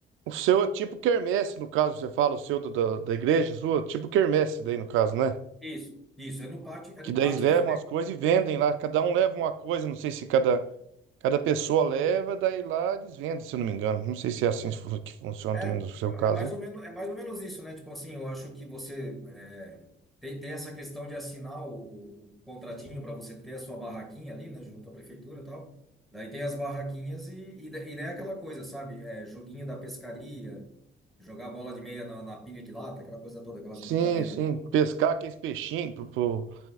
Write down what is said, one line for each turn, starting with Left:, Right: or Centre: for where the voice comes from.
Right: o seu é tipo quermesse, no caso, você fala, o seu do- da, da igreja sua, tipo quermesse daí, no caso, né?
Centre: Isso. Isso, é no pátio, é
Right: Que
Centre: no
Right: daí
Centre: pátio
Right: eles levam
Centre: da
Right: as coisas e vendem lá. Cada um leva uma coisa, não sei se cada, cada pessoa leva, daí lá eles vendem, se eu não me engano. Não sei se é assim fu- que funciona
Centre: É,
Right: também no seu
Centre: é
Right: caso.
Centre: mais
Right: hein?
Centre: ou menos, é mais ou menos isso, né? Tipo assim, eu acho que você é, tem, tem essa questão de assinar o, o contratinho para você ter a sua barraquinha ali, né? Junto à prefeitura e tal. Daí tem as barraquinhas e, e, da- e daí é aquela coisa, sabe? É, joguinho da pescaria, jogar bola de meia na, na pilha de lata, aquela coisa toda, aquelas
Right: Sim,
Centre: brincadeiras,
Right: sim.
Centre: né?
Right: Pescar aqueles peixinhos, pro, pro-